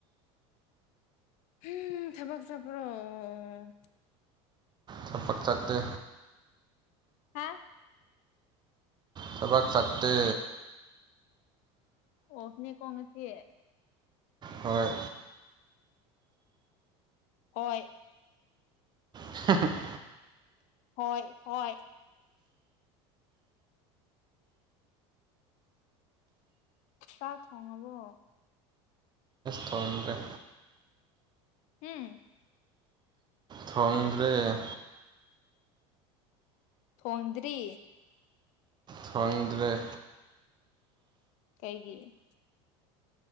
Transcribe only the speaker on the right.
ꯊꯕꯛ ꯆꯠꯇꯦ
ꯊꯕꯛ ꯆꯠꯇꯦ
ꯍꯣꯏ
<unintelligible>
ꯊꯣꯡꯗꯦ
ꯊꯣꯡꯗ꯭ꯔꯦ
ꯊꯣꯡꯗ꯭ꯔꯦ